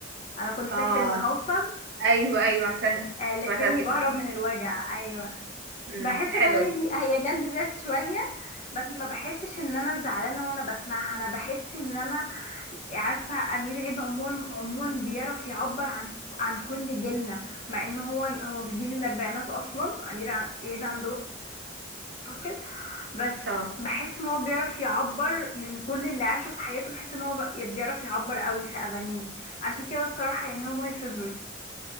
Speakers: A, on the left; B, on the right.
A: انا كنت فاكره
B: اه
A: ان هوصل
B: ايوه ايوه عارفاها
A: آه لكني
B: سمعتها قبل
A: بهرب
B: كده
A: من الوجع ايوه
B: امم
A: بحس الاغاني
B: حلوه دي
A: دي هي جلد ذات شويه بس ما بحسش ان انا زعلانه وانا بسمعها انا بحس ان انا عارفه امير عيد عموما عموما بيعرف يعبر عن عن كل جيلنا مع ان هو هو في جيل الاربعينات اصلا امير ع- عيد عنده اعتقد بس
B: اه
A: بحس ان هو بيعرف يعبر من كل اللي عاشه في حياته بحس ان هو بي- بيعرف يعبر قوي في اغانيه عشان كده الصراحه يعني هو ماي فيفورت